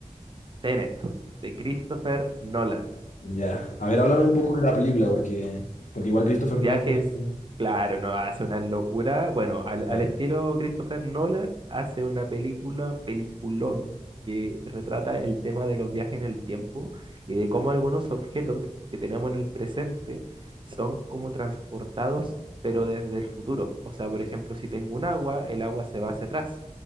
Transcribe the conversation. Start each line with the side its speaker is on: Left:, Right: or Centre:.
Right: Tenet, de Christopher Nolan.
Left: Ya. A ver, háblame un poco de la película, porque, porque igual Christopher
Right: Viajes,
Left: Nolan es un-
Right: claro, no hace una locura. Bueno, al,
Left: eh,
Right: al estilo Christopher Nolan, hace una película, peliculón, que retrata el tema de los viajes en el tiempo y de cómo algunos objetos que tenemos en el presente son como transportados, pero desde el futuro. O sea, por ejemplo, si tengo un agua, el agua se va hacia atrás.